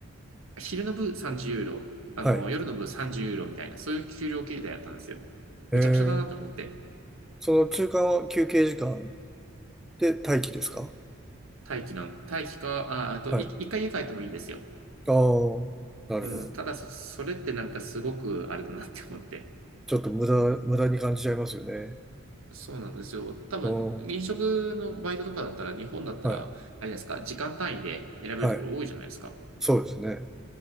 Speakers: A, on the right; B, in the centre.
A: 昼の部30ユーロ、あの、
B: はい。
A: 夜の部30ユーロみたいな、そういう給料形態やったんですよ。
B: えー、
A: めちゃくちゃだなと思って。
B: その中間は休憩時間で待機ですか
A: 待機なん、待機か、あ、あと、
B: はい。
A: い一回家帰ってもいいんですよ。
B: ああ、なるほど。
A: うん、ただそ、それってなんかすごくあれだなって思って。
B: ちょっと無駄、無駄に感じちゃいますよね。
A: そうなんですよ。多分、
B: ああ、
A: 飲食のバイトとかだったら、日本だったら、
B: はい、
A: あれじゃないですか、時間単位で選べるところ多いじゃないですか。
B: はい。そうですね。